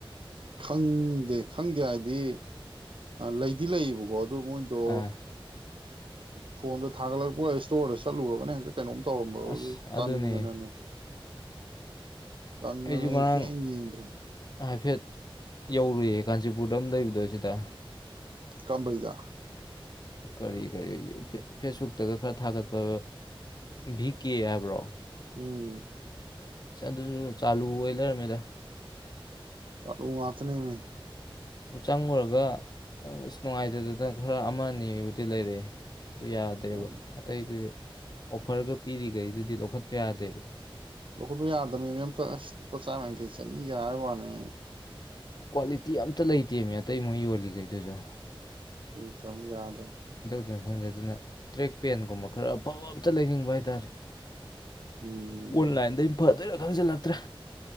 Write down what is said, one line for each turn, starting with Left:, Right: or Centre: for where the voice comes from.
Right: ꯈꯪꯗꯦ ꯈꯪꯗꯦ ꯍꯥꯏꯗꯤ ꯂꯩꯗꯤ ꯂꯩꯌꯦꯕꯀꯣ ꯑꯗꯨ ꯃꯣꯏꯗꯣ
Left: ꯑꯥ
Right: ꯐꯣꯟꯗ ꯊꯥꯒꯠꯂꯛꯄ ꯏꯁꯇꯣꯔꯗ ꯆꯠꯂꯨꯔꯒꯅ ꯍꯦꯛꯇ ꯀꯩꯅꯣꯝ ꯇꯧꯔꯝꯕ
Left: ꯑꯁ
Right: ꯇꯟꯗꯅꯅꯦ
Left: ꯑꯗꯨꯅꯦ
Right: ꯇꯟ
Left: ꯑꯩꯁꯨ
Right: ꯅꯩꯅꯩꯁꯦ
Left: ꯉꯔꯥꯡ
Right: ꯏꯗ꯭ꯔꯝ
Left: ꯍꯥꯏꯐꯦꯠ ꯌꯧꯔꯨꯏꯌꯦ ꯀꯥꯟꯆꯤꯄꯨꯔꯗ ꯑꯃ ꯂꯩꯕꯗꯣ ꯁꯤꯗ
Right: ꯀꯝꯕꯩꯗ
Left: ꯀꯔꯤ ꯀꯔꯤ ꯐꯦꯁꯕꯨꯛꯇꯒ ꯈꯔ ꯊꯥꯒꯠꯄ ꯚꯤ ꯀ ꯍꯥꯏꯕ꯭ꯔꯣ
Right: ꯎꯝ
Left: ꯑꯁ ꯑꯗꯨꯁꯨ ꯆꯥꯂꯨ ꯑꯣꯏꯅ ꯂꯩꯔꯝꯃꯤꯗ
Right: ꯆꯂꯨ ꯋꯥꯇꯅꯦ ꯃ
Left: ꯑꯗꯨ ꯆꯪꯉꯨꯔꯒ ꯑꯁ ꯅꯨꯡꯉꯥꯏꯇꯗꯗꯅ ꯈꯔ ꯑꯃ ꯑꯅꯤꯕꯨꯗꯤ ꯂꯩꯔꯛꯑꯦ ꯑꯗꯨ ꯌꯥꯗꯦꯕ
Right: ꯑꯣ,
Left: ꯑꯇꯩꯗꯨꯗꯤ ꯑꯣꯐꯔꯒ ꯄꯤꯔꯤꯈꯩꯗꯨꯗꯤ ꯂꯧꯈꯠꯄ ꯌꯥꯗꯦꯕ
Right: ꯂꯧꯈꯠꯄ ꯌꯥꯗꯕꯅꯤ ꯃ ꯑꯝꯇ ꯑꯁ ꯂꯨꯄꯥ ꯆꯥꯝꯃ ꯌꯥꯡꯈꯩ ꯆꯅꯤꯒ ꯋꯥꯅꯤ
Left: ꯀ꯭ꯋꯥꯂꯤꯇꯤ ꯑꯝꯇ ꯂꯩꯇꯦ ꯃ ꯑꯇꯩ ꯃꯣꯏ ꯌꯣꯜꯂꯤꯈꯩꯗꯨꯁꯨ
Right: ꯑꯩꯇꯝ ꯌꯥꯗ
Left: ꯑꯗꯨꯅ ꯈꯪꯗꯦ ꯑꯗꯨꯅ ꯇ꯭ꯔꯦꯛ ꯄꯦꯟꯒꯨꯝꯕ ꯈꯔ ꯑꯐꯕ ꯑꯝꯇ ꯂꯩꯅꯤꯡꯕ ꯍꯥꯏꯇꯥꯔꯦ
Right: ꯎꯝ
Left: ꯑꯣꯟꯂꯥꯏꯟꯗ ꯐꯗꯅ ꯈꯪꯖꯤꯜꯂꯛꯇ꯭ꯔꯦ